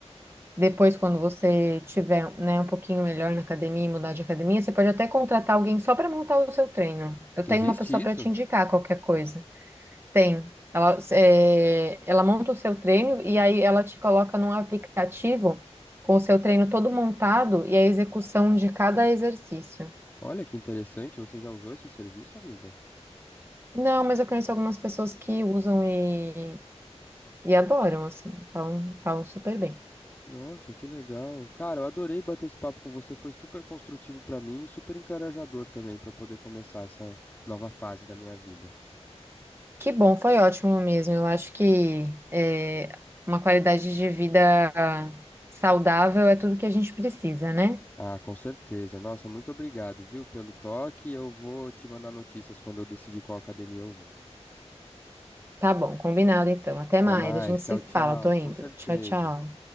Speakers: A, on the right (about 20°); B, on the left (about 15°).
A: depois quando você tiver, né, um pouquinho melhor na academia, e mudar de academia, você pode até contratar alguém só para montar o seu treino. Eu tenho
B: Existe
A: uma pessoa
B: isso?
A: para te indicar qualquer coisa. Tem. Ela, é, ela monta o seu treino e aí ela te coloca num aplicativo com o seu treino todo montado e a execução de cada exercício.
B: Olha que interessante, você já usou esse serviço, amiga?
A: Não, mas eu conheço algumas pessoas que usam e, e adoram, assim, falam, falam super bem.
B: Nossa, que legal. Cara, eu adorei bater esse papo com você, foi super construtivo pra mim e super encorajador também pra poder começar essa nova fase da minha vida.
A: Que bom, foi ótimo mesmo. Eu acho que é, uma qualidade de vida saudável é tudo que a gente precisa, né?
B: Ah, com certeza. Nossa, muito obrigado, viu, pelo toque. Eu vou te mandar notícias quando eu decidir qual academia eu vou.
A: Tá bom, combinado então. Até
B: Até
A: mais,
B: mais.
A: a gente
B: Tchau,
A: se fala,
B: tchau.
A: tô indo.
B: Com certeza.
A: Tchau, tchau.